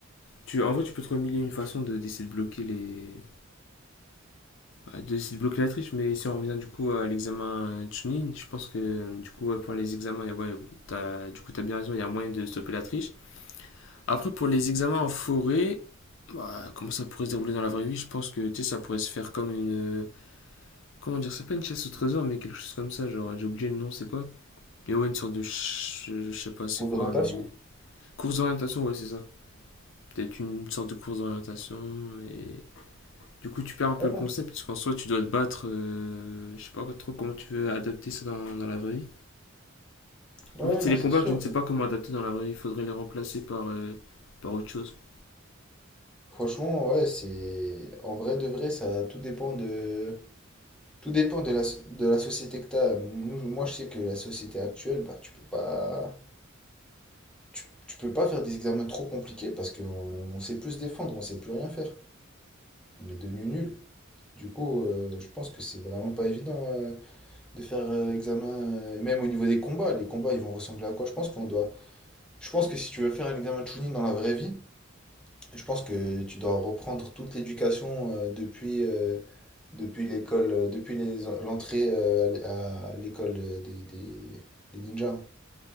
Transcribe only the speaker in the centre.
Ou
d'orientation.
Voilà.
Ouais,
non, Ouais,
non,
c'est
sûr.
Franchement, ouais, c'est en vrai de vrai, ça tout dépend de tout dépend de la de la société que t'as. Nous- Moi, je sais que la société actuelle, bah, tu peux pas tu, tu peux pas faire des examens trop compliqués parce qu'on sait plus se défendre, on sait plus rien faire. On est devenu nul. Du coup, euh, je pense que c'est vraiment pas évident euh, de faire euh, examen, euh, et même au niveau des combats, les combats ils vont ressembler à quoi? Je pense qu'on doit. Je pense que si tu veux faire un examen de Chunin dans la vraie vie, je pense que tu dois reprendre toute l'éducation euh, depuis, euh, depuis l'école, euh, depuis les l'entrée euh, à l'école euh, des, des, des ninjas.